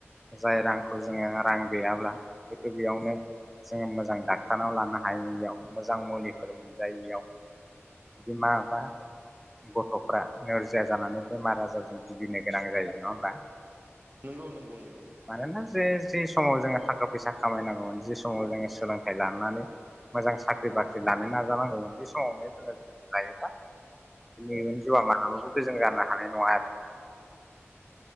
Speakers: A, in the centre; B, on the right.
A: जाय रांखौ जोङो रां गैयाब्ला हयथ बेयावनो जोङो मोजां डक्टरनाव लानो हायियाव मोजां मुलिफोर मोनजायियाव बिमा बा गथफ्रा नोरजिया जानानै बेमार आजारजों भुगिनो गोनां जायो नङा होमबा
B: नंगौ नंगौ नंगौ
A: मानोना जे जि समाव जोङो थाखा फैसा खामायनांगौमोन जि समाव जोङो सोलोंथाइ लानानै मोजां साख्रि बाख्रि लानो नाजानांगौमोन बे समावनो जोङो जुलि लायोब्ला इयुन जिउआ मालाबाबो गोजोन जानो हानाय नङा आरो